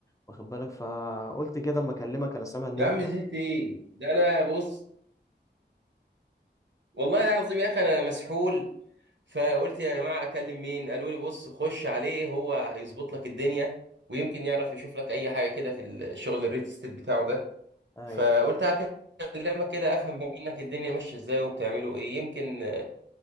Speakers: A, on the left; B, on the right.
A: واخد بالك فقلت كده اما اكلمك انا سامع ان
B: يا
A: انت
B: عم زهقت ايه ده انا بص والله العظيم يا اخي انا مسحول فقلت يا جماعه اكلم مين قالوا لي بص خش عليه هو هيظبط لك الدنيا ويمكن يعرف يشوف لك اي حاجه كده في الشغل الريل استيت بتاعه ده
A: ايوه
B: فقلت هكلمك كده افهم منك الدنيا ماشيه ازاي وبتعملوا ايه يمكن